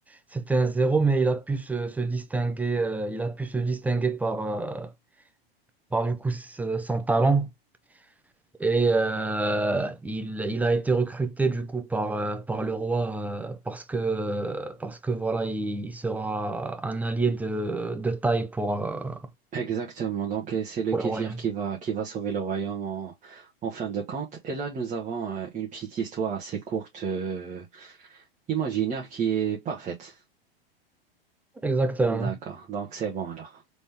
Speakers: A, in the centre; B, on the right.
A: C'était un zéro, mais il a pu se, se distinguer, euh, il a pu se distinguer par, euh, par du coup, ce- son talent. Et euh, il, il a été recruté du coup par, euh, par le roi euh, parce que, parce que voilà, il, il sera un allié de, de taille pour, euh,
B: Exactement. Donc euh, c'est le
A: pour
B: kéfir
A: le royaume.
B: qui va qui va sauver le royaume en, en fin de compte. Et là nous avons euh, une petite histoire assez courte, euh, imaginaire qui est parfaite.
A: Exactement.
B: D'accord. Donc c'est bon alors.